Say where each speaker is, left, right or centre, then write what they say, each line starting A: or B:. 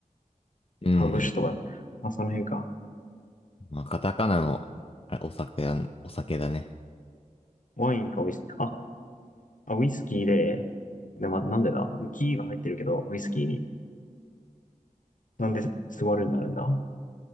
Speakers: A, on the left; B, on the left.
A: うん。
B: ハブ酒とか、あ、その辺か。
A: まあ、カタカナの、あれ、お酒や、お酒だね。
B: ワインかウイスキー。あ、ウイスキーで、で、ま、なんでだウキーが入ってるけど、ウイスキーに。なんで座るになるんだ